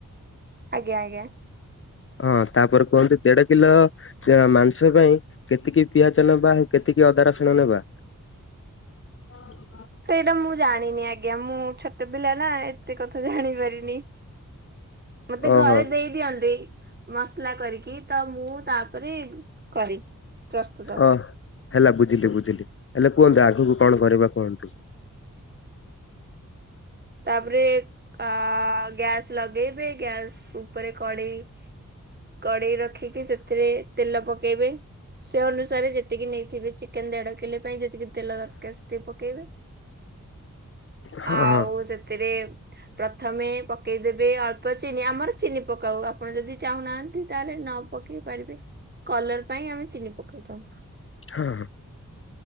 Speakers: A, on the right (about 30°); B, on the left (about 40°).
A: ଆଜ୍ଞା ଆଜ୍ଞା।
B: ହଁ ତାପରେ କୁହନ୍ତୁ ଦେଢ କିଲୋ ଯ ମାଂସ ପାଇଁ କେତିକି ପିଆଜ ନେବା ଆଉ କେତିକି ଅଦା ରସୁଣ ନେବା? ହଁ <unintelligible>
A: ସେଇଟା ମୁଁ ଜାଣିନି ଆଜ୍ଞା ମୁଁ ଛୋଟ ପିଲାନା ଏତେ କଥା ଜାଣି ପାରିନି। ମତେ
B: ଓହୋ
A: ଘରେ ଦେଇ ଦିଅନ୍ତି ମସଲା କରିକି ତ ମୁଁ ତାପରେ କରି ପ୍ରସ୍ତୁତ
B: ଓ ହେଲା ବୁଝିଲି ବୁଝିଲି ହେଲେ କୁହନ୍ତୁ ଆଗକୁ କଣ କରିବା କୁହନ୍ତୁ?
A: ତାପରେ ଆ ଗ୍ୟାସ୍ ଲଗେଇବେ ଗ୍ୟାସ ଉପରେ କଡ଼େଇ କଡ଼େଇ ରଖିକି ସେଥିରେ ତେଲ ପକେଇବେ ସେ ଅନୁସାରେ ଯେତିକି ନେଇଥିବେ ଚି ଚିକେନ୍ ଦେଢ଼କିଲେ ପାଇଁ ଯେତିକି ତେଲ ଦରକାର୍ ସେତିକି ପକେଇବେ
B: ହଁ
A: ଆଉ
B: ହଁ
A: ସେଥିରେ ପ୍ରଥମେ ପକେଇଦେବେ ଅଳ୍ପ ଚିନି ଆମର ଚିନି ପକାଉ ଆପଣ ଯଦି ଚାହୁଁନାହାନ୍ତି ତାହେଲେ ନ ପକେଇ ପାରିବେ କଲର୍ ପାଇଁ ଆମେ ଚିନି ପକେଇଥାଉ।
B: ହଁ ହଁ।